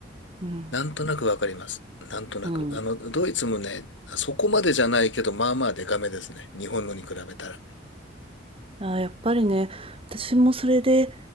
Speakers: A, on the right; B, on the left.
A: うん。
B: なんとなくわかります。なんとなく。
A: うん。
B: あの、ドイツもね、そこまでじゃないけど、まあまあデカめですね。日本のに比べたら。
A: あーやっぱりね、私もそれで、